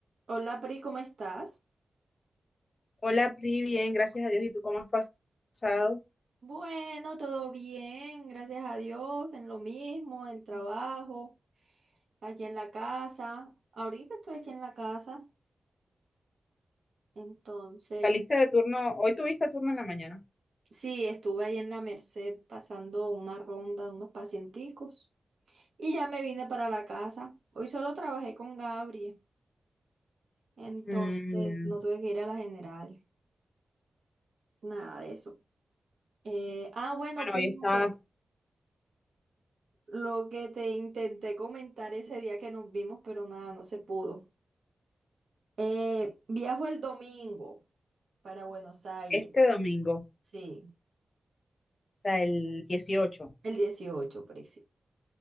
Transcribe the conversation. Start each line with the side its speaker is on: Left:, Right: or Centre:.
Right: Hola Pri, ¿cómo estás?
Left: Hola, Pri, bien, gracias a Dios. ¿Y tú cómo has pasado?
Right: Bueno, todo bien, gracias a Dios, en lo mismo, en el trabajo, aquí en la casa. Ahorita estoy aquí en la casa, entonces,
Left: ¿Saliste de turno? Hoy tuviste turno en la mañana.
Right: sí, estuve ahí en la Merced pasando una ronda de unos pacienticos y ya me vine para la casa. Hoy solo trabajé con Gabriel, entonces
Left: Mm, ya.
Right: no tuve que ir a la general, nada de eso. Eh, ah, bueno,
Left: Bueno,
Right: pues,
Left: hoy está
Right: Lo que te intenté comentar ese día que nos vimos, pero nada, no se pudo. Eh, viajo el domingo para Buenos Aires,
Left: este domingo, o
Right: sí,
Left: sea, el 18.
Right: el 18, preci.